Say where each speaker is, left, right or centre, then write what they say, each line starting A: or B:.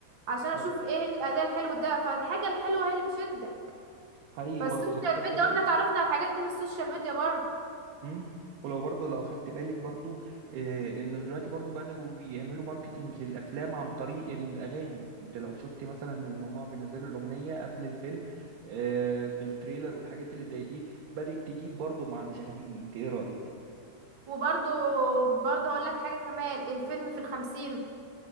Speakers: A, on the right; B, on the right.
A: عشان اشوف
B: حقيقي
A: ايه الاداء الحلو ده فالحاجه الحلوه هي اللي بتشدك
B: حقيقي
A: فالسوشيال
B: برضو لو خدت
A: ميديا
B: بالك
A: واحنا تعرفنا على الحاجات دي من السوشيال ميديا برضو
B: مم. ولو برضو لو خدت بالك برضو آه، انه دلوقتي برضو بدأوا يعملوا ماركتينج للافلام عن طريق الاغاني انت لو شفت مثلا ان هما بينزلوا الاغنية قبل الفيلم آه، بالتريلر والحاجات اللي زي دي بدأت تجيب برضو مع المشاهدين انت ايه رأيك
A: وبرضو برضو هقول لك حاجه كمان الفيلم في الخمسين